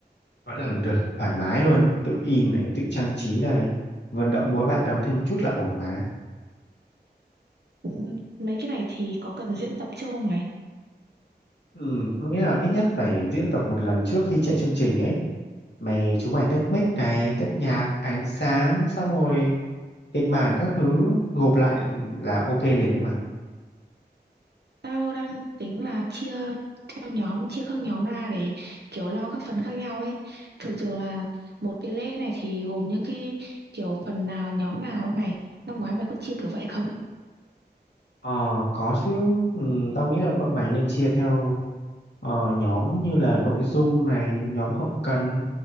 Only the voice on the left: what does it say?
vẫn làm được thoải mái luôn tự in này tự trang trí này vận động mỗi bạn đóng thêm một chút là ổn mà
Ừ, có nghĩa là ít nhất phải diễn tập một lần trước khi chạy chương trình ấy. Mày chúng mày test mic này, test nhạc, ánh sáng, xong rồi kịch bản các thứ gộp lại là ok liền đấy mà.
Ờ, có chứ. Ừ, tao nghĩ là bọn mày nên chia theo ờ, nhóm như là nội dung này, nhóm hậu cần,